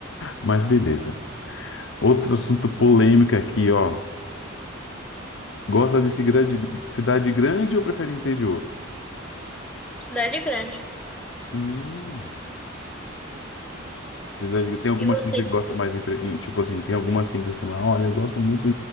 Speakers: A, on the left; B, in the centre.
A: Mas beleza. Outro assunto polêmico aqui, ó. Gosta de cidade, cidade grande ou prefere interior?
B: Cidade grande.
A: Hum, cidade, tem alguma
B: E você?
A: que você gosta mais, em pre- em- tipo assim, tem alguma assim que você fala, olha, eu gosto muito